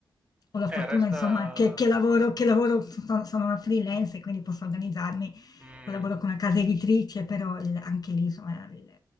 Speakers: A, on the left; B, on the right.
A: ho la
B: Eh,
A: fortuna
B: resta...
A: insomma che che lavoro che lavoro sono sono una freelance e quindi posso organizzarmi,
B: mm,
A: collaboro con una casa editrice, però il anche lì insomma il